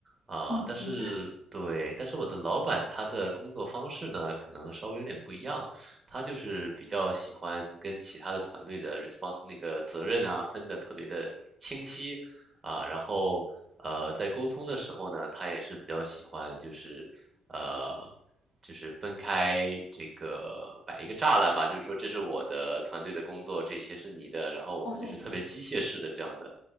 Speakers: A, on the right; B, on the left.
A: 啊，
B: 嗯，
A: 但是对，
B: 明白。
A: 但是我的老板他的工作方式呢，可能稍微有点不一样。他就是比较喜欢跟其他的团队的 response 那个责任啊分的特别的清晰啊，然后呃在沟通的时候呢，他也是比较喜欢就是呃就是分开这个摆一个栅栏吧，就是说这是我的团队的工作，这些是你的，然后我们就是特别机械式的这样的
B: 哦，对，